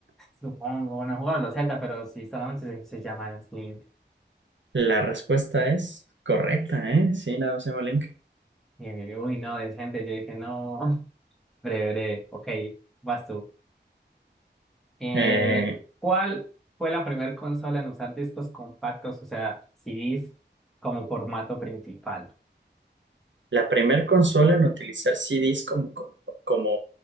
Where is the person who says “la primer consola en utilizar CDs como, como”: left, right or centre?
Right